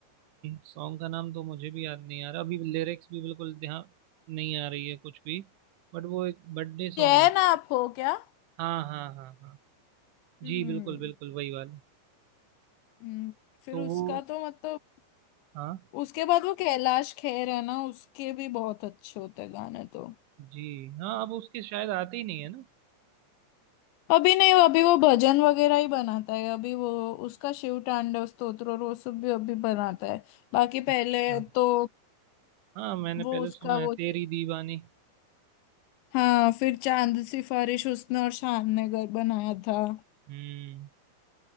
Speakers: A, on the right; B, on the left.
A: सॉन्ग का नाम तो मुझे भी याद नहीं आ रहा अभी लिरिक्स भी बिल्कुल ध्यान नहीं आ रही है कुछ भी बट वो एक बर्थडे सॉन्ग
B: चैन
A: होता
B: आप हो क्या
A: हाँ हाँ हाँ हाँ
B: हम्म
A: जी बिल्कुल बिल्कुल वही वाला
B: हम्म, फिर
A: तो
B: उसका
A: वो
B: तो मतलब
A: हाँ
B: उसके बाद वो कैलाश खेर है ना उसके भी बहुत अच्छे होते हैं गाने तो
A: जी हाँ अब उसके शायद आते ही नहीं है ना
B: अभी नहीं अभी वो भजन वगैरह ही बनाता है अभी वो उसका शिव तांडव स्तोत्र और वो सब भी अभी बनाता है बाकी
A: अच्छा
B: पहले तो
A: हाँ मैंने
B: वो
A: पहले
B: उसका
A: सुना है
B: वो
A: तेरी दीवानी
B: हाँ फिर चांद सिफारिश उसने और शान ने घर बनाया था
A: हम्म